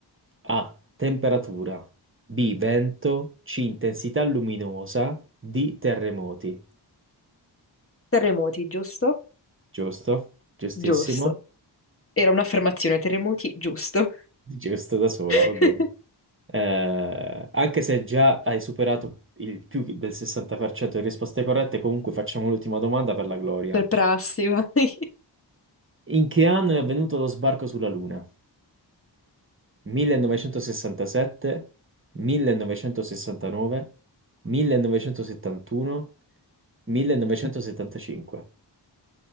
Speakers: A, on the right; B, on the left.
A: A. Temperatura. B. Vento. C. Intensità luminosa. D. Terremoti.
B: Terremoti, giusto?
A: Giusto? Giustissimo.
B: Giusto. Era un'affermazione, terremoti, giusto.
A: <laughs> Giusto da sola,
B: <laughs>
A: va bene. Eh, anche se già hai superato il più del 60% delle risposte corrette, comunque facciamo l'ultima domanda per la gloria.
B: Per prassi, vai.
A: In che anno è avvenuto lo sbarco sulla Luna? 1967, 1969, 1971, 1975.